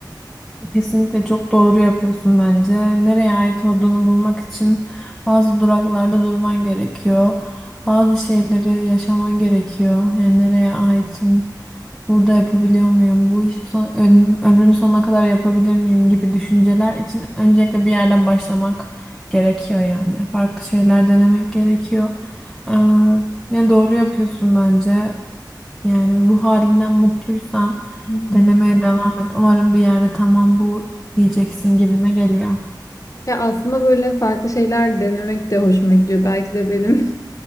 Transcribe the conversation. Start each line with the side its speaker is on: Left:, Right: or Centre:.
Centre: Kesinlikle çok doğru yapıyorsun bence. Nereye ait olduğunu bulmak için bazı duraklarda durman gerekiyor. Bazı şeyleri yaşaman gerekiyor. Yani nereye aitim, burada yapabiliyor muyum, bu işi son, ömrüm, ömrüm sonuna kadar yapabilir miyim gibi düşünceler için öncelikle bir yerden başlamak gerekiyor yani. Farklı şeyler denemek gerekiyor. Ee, yani doğru yapıyorsun bence. Yani bu halinden mutluysan
Left: Hı hı.
Centre: denemeye devam et. Umarım bir yerde tamam bu diyeceksin gibime geliyor.
Left: Ya aslında böyle farklı şeyler denemek de hoşuma gidiyor. Belki de benim <laughs>